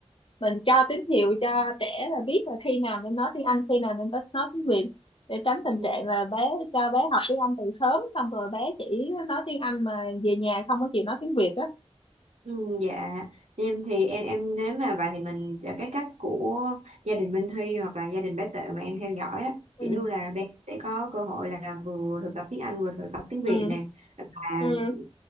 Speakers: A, on the left; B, on the right.
A: mình cho tín hiệu cho trẻ là biết là khi nào nên nói tiếng Anh khi nào nên nói nói tiếng Việt để tránh
B: Ừ.
A: tình trạng là bé cho bé học tiếng Anh từ sớm xong rồi bé chỉ nói tiếng Anh mà về nhà không có chịu nói tiếng Việt á
B: Ừ, dạ em thì em em nếu mà vậy thì mình ờ, cái cách của gia đình Minh Huy hoặc là gia đình bé Tệ mà em theo dõi á
A: ừ
B: kiểu như là bé sẽ có cơ hội là vừa thực tập tiếng Anh vừa thực tập tiếng Việt
A: ừ
B: nè và
A: ừ
B: ừ,